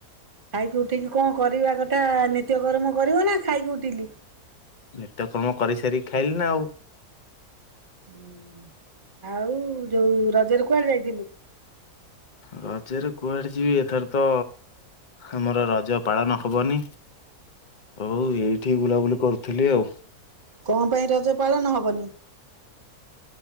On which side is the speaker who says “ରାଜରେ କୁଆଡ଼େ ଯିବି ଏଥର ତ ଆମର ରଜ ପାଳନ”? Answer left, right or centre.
Left